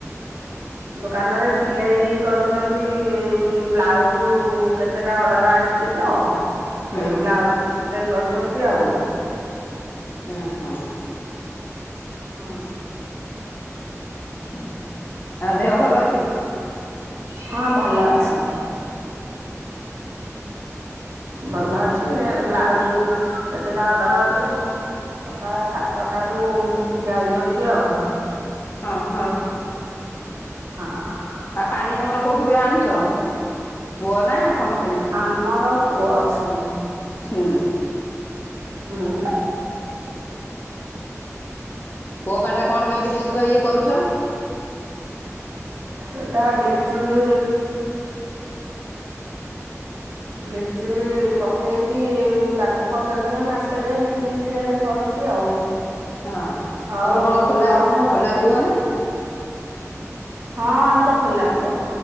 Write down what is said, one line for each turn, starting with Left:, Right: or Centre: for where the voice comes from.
Right: ଦୋକାନରେ ସିଲେଇ କରୁଛନ୍ତି ବ୍ଲାଉଜ। କେତେ କେତେଟା ଅର୍ଡର ଆସିଛି ତ।
Left: ହୁଁ
Right: ସେଇ ବ୍ଲାଉଜ ସିଲେଇ କରିଛନ୍ତି ଆଉ।
Left: ହଁ ହଁ।
Right: ହଁ।
Left: ଆଉ ତାଙ୍କ ଦେହ ଭଲ ଅଛି?
Right: ହଁ ଭଲ ଅଛି। ଭଲ ଅଛି ବ୍ଲାଉଜ କେତେଟା ଅର୍ଡର ଅଛି ସକାଳ ସାତଟାରୁ ଯାଇଛନ୍ତି ଆଉ।
Left: ହଁ ହଁ।
Right: ହଁ।
Left: ଆଉ ପାଣି ତମର କୋଉଠୁ କିରେ ଆଣୁଛ? କୁଅ ନା କଣ କେମିତି?
Right: ଆମର କୂଅ ଅଛି
Left: ହୁଁ।
Right: ହୁଁ।
Left: କୁଅ ପାଣି ଟା କଣ କେମିତି ବିଶୁଦ୍ଧ ଇଏ କରୁଛ?
Right: ଏଟା ବ୍ଲିଚିଙ୍ଗ ବ୍ଲିଚିଂ ପକେଇକି ତାଙ୍କୁ ପନ୍ଦର ଦିନେ, ମାସେ କେ ବ୍ଲି ଚିଙ୍ଗ ଟିକେ ପଡୁଛି ଆଉ।
Left: ହଁ
Right: ହଉ
Left: ତମର କଣ ଖୋଲା,
Right: ଆଉ ମୁଁ
Left: ଖୋଲା କୁ ଅ ନା?
Right: ହଁ ଆମର ଖୋଲା କୁଅ।